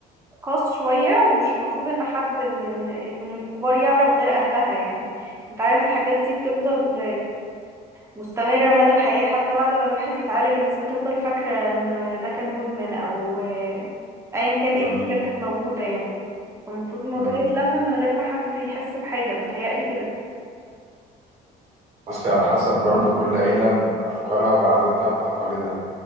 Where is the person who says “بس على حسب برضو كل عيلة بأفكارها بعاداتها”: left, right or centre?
Right